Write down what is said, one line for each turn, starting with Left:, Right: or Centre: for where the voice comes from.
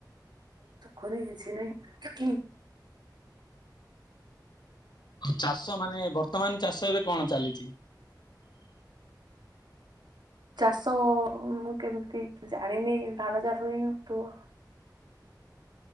Right: ଖୁଣି କିଛି ନାଇଁ
Left: ଚାଷ ମାନେ ବର୍ତ୍ତମାନ ଚାଷ ଏବେ କଣ ଚାଲିଛି?
Right: ଚାଷ ମୁଁ କେମିତି ଜାଣିନି ଧାନ ଚାଷ ହିଁ ତୁ